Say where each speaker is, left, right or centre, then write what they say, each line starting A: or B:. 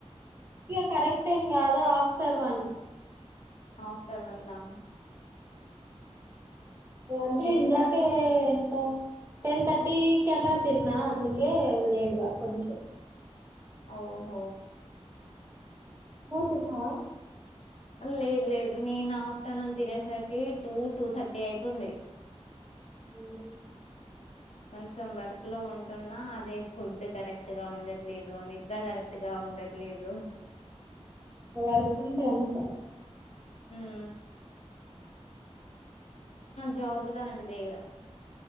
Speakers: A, on the right; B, on the left.
A: ఇగ కరెక్ట్ ఎంకాదు ఆఫ్టర్ వన్.
B: ఆఫ్టర్ వన్ ఆ.
A: ఇగా అంటే
B: ఏం
A: ఇందాకే
B: కర్రీ
A: <inaudible> టెన్ థర్టీకి అలా తిన్నా అందుకే లేట్గా కొంచెం.
B: ఓహో
A: నువ్వు తిన్నావా.
B: లేదు లేదు నేను ఆఫ్టర్నూన్ తినేసరికి టూ టూ థర్టీ అయితుంది
A: ఉవు
B: కొంచెం వర్క్ లో ఉంటున్నా అదే ఫుడ్ కరెక్ట్ గా ఉండట్లేదు నిద్ర కరెక్ట్ గా ఉండట్లేదు.
A: వర్క్ ఉంటే అంతే
B: ఉమ్ జోబ్బులా అంట వేగా.